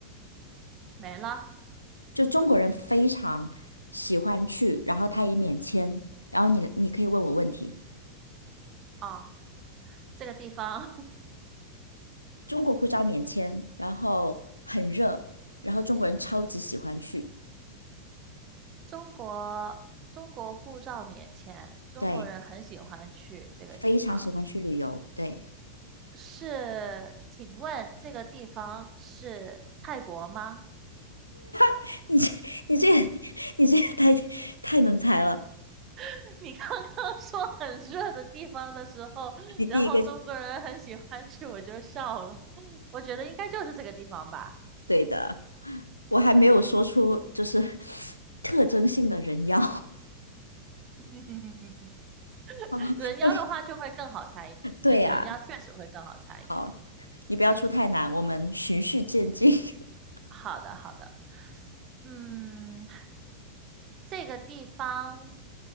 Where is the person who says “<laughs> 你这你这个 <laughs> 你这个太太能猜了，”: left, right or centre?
Left